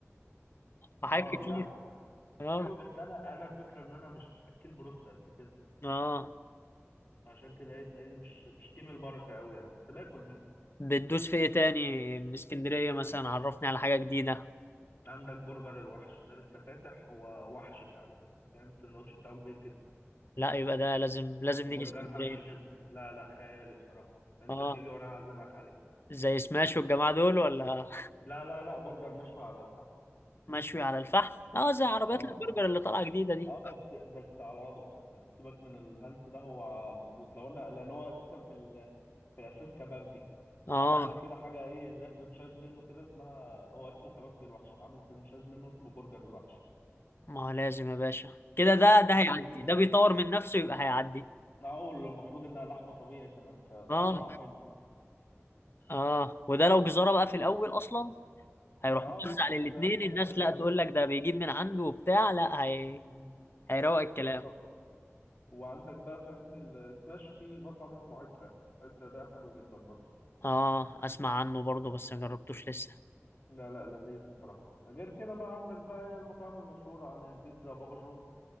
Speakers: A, on the left; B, on the left.
A: وحاجات
B: اه
A: كتير
B: لا حلو
A: اه
B: حلو بس انا انا الفكره ان انا مش اكل بروست قد كده
A: اه
B: عشان كده ايه تلاقيني مش مش تيم البركه قوي يعني بس باكل منه
A: بتدوس في ايه تاني من اسكندرية مثلا عرفني على حاجة جديدة
B: عندك برجر الوحش ده لسه فاتح هو وحش فعلا يعني فاهم السندوتش بتاعه كبير جدا
A: لا يبقى ده لازم لازم
B: وبرجر
A: نيجي اسكندرية
B: محشي جبنه لا لا خيالي بصراحه انت
A: اه
B: تيجي وانا هعزمك عليه
A: زي سماش والجماعة دول ولا
B: لا لا لا برجر مشوي على الفحم
A: <laughs> مشوي على الفحم اه زي عربيات
B: اه
A: البرجر اللي طالعة جديدة دي
B: اه بس بس على وضعه يعني سيبك من الهلس ده هو مظبوط لو انا لان هو اساسا في ال في الاساس كبابجي
A: اه
B: فعمل كده حاجه ايه زي فرنشايز منه كده اسمها هو اسمه كبابجي الوحش فعمل فرنشايز منه اسمه برجر الوحش
A: ما هو لازم يا باشا كده ده ده
B: فحلو
A: هيعدي ده بيطور من نفسه يبقى هيعدي
B: اول المفروض انها لحمه طبيعي كمان فطعمها
A: اه
B: حلو
A: اه وده لو جزارة بقى في الاول اصلا هيروح
B: اه
A: موزع للاتنين
B: فاهم في
A: الناس
B: حته تانية
A: لا تقول لك ده بيجيب من عنده وبتاع لا هي
B: مم.
A: هيروق الكلام
B: بالظبط وعندك بقى فاهمني السماش في مطعم اسمه عترة عترة ده حلو جدا برضه
A: اه اسمع عنه برضه بس ما جربتوش لسه
B: لا لا لذيذ بصراحة غير كده بقى عندك بقى هي المطاعم المشهورة عن البيتزا بابا جونز